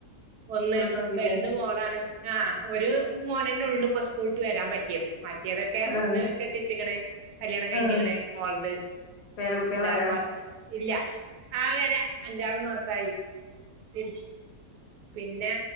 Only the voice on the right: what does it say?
ഒന്ന്
വല്ത് മോളാണ്. ആഹ് ഒരു മോനന്നെ ഒള്ളു ഇപ്പ സ്‌ കൂള്ട്ട് വരാൻ പറ്റിയത്. മറ്റേതൊക്കെ
ഒന്ന് കെട്ടിച്ചേക്ക്ണ്. കല്യാണം കഴിഞ്ഞേക്ക്ണ്
മോൾത്.
അഞ്ചാറ് മാസായി. ഇല്ല. ആ വെരാ അഞ്ചാറ് മാസായി പി പിന്നെ